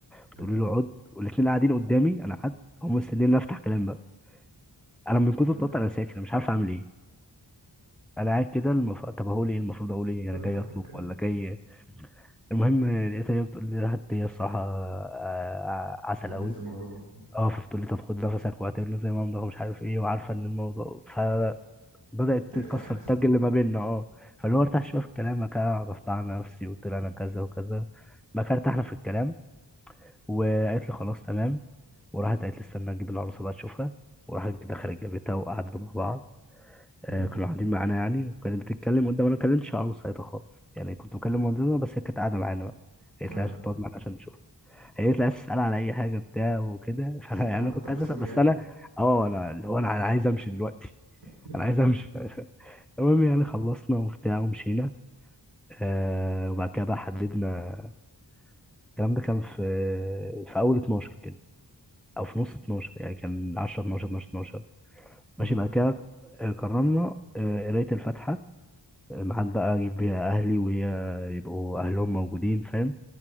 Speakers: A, in the centre; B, on the right (about 80°).
A: بتقول
B: آه.
A: له اقعد والاثنين قاعدين قدامي انا قعدت هم مستنيين إن أنا افتح كلام بقى. انا من كتر التوتر
B: أنت
A: انا ساكت انا مش عارف اعمل ايه انا قاعد كده المف... طب هقول ايه المفروض اقول ايه
B: بك-
A: انا جاي اطلب ولا جاي المهم لقيتها هي بتقول لي راحت هي الصراحه آه، عسل
B: هدت
A: قوي
B: <laughs> الموضوع
A: اه فبتقول لي طب خد نفسك واعتبر زي ما امضى ومش عارف ايه وعارفه ان الموضوع فبدات
B: ارتحت
A: تكسر التاج اللي ما بيننا اه فاللي هو ارتاح شويه في الكلام بعد كده عرفت على نفسي وقلت لها انا كذا وكذا بقى كده ارتحنا في الكلام وقالت لي خلاص تمام وراحت قالت لي استنى اجيب العروسه بقى تشوفها وراحت دخلت جابتها وقعدنا مع بعض آه،
B: أمم.
A: كانوا قاعدين معانا يعني وكانت بتتكلم قدام انا ما كلمتش عروس ساعتها خالص يعني كنت بكلم مامتنا بس هي كانت قاعده معانا بقى هي قالت
B: اه
A: لي عشان تقعد معانا عشان نشوف قالت لي عايز تسال على اي حاجه بتاع وكده <laughs>
B: بس
A: فانا
B: طبعا
A: يعني انا
B: كنت
A: كنت
B: مكسوف
A: عايز اسال بس
B: يعني
A: انا اه انا اللي هو انا أنا عايز امشي دلوقتي <laughs>
B: <laughs>
A: انا عايز امشي <laughs> المهم يعني خلصنا وبتاع ومشينا آه وبعد كده بقى حددنا الكلام ده كان في في اول 12 كده او في نص 12 يعني كان 10 12 12 12 ماشي
B: أمم.
A: بعد كده آه، قررنا آه، قرايه الفاتحه ميعاد بقى اجيب بيها اهلي وهي يبقوا اهلهم موجودين فاهم